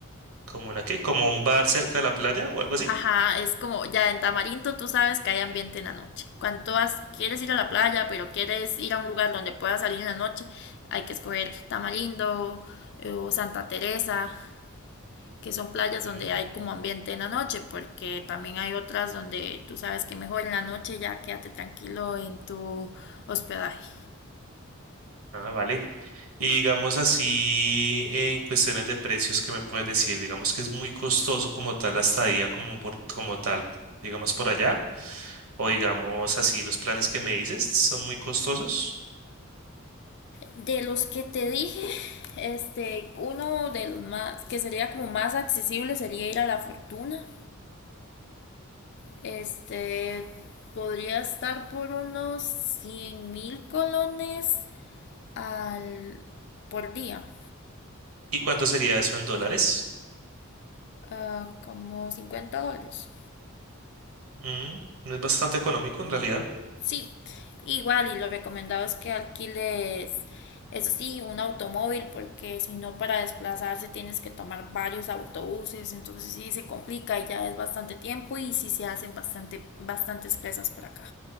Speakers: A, on the right; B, on the left.
A: como una qué, como un bar cerca de la playa o algo así.
B: Ajá, es como ya en Tamarindo tú sabes que hay ambiente en la noche. Cuando tú vas- quieres ir a la playa, pero quieres ir a un lugar donde puedas salir en la noche, hay que escoger Tamarindo eh, o Santa Teresa, que son playas donde
A: Ujú.
B: hay como ambiente en la noche, porque también hay otras donde tú sabes que mejor en la noche ya quédate tranquilo en tu hospedaje.
A: Ah, vale, Y digamos así, en cuestiones de precios, ¿qué me puedes decir? Digamos que es muy costoso como tal la estadía, como, por, como tal, digamos por allá, o digamos así, los planes que me dices son muy costosos.
B: De los que te dije, este, uno de los más que sería como más accesible sería ir a La Fortuna Este podría estar por unos cien mil colones al, por día,
A: ¿Y cuánto sería eso en dólares?
B: ah, como cincuenta dólares.
A: Mm, es bastante económico en realidad.
B: Sí, igual y lo recomendado es que alquiles, eso sí, un automóvil porque si no para desplazarse tienes que tomar varios autobuses, entonces sí se complica y ya es bastante tiempo y sí se hacen bastante, bastantes presas por acá,